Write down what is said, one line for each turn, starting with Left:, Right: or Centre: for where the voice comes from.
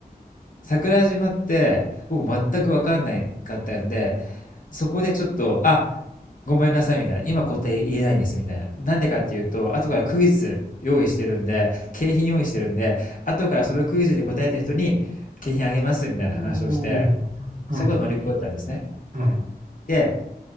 Left: 桜島って僕全く分かんないかったんで、そこでちょっと、あ、ごめんなさいみたいな、今答え言えないんですみたいな。なんでかっていうと、後からクイズ用意してるんで、景品用意してるんで、後からそのクイズに答えた人に景品あげますみたいな話をして、
Right: おー、はい、
Left: そこは乗り越えたんですね。
Right: はい。
Left: で、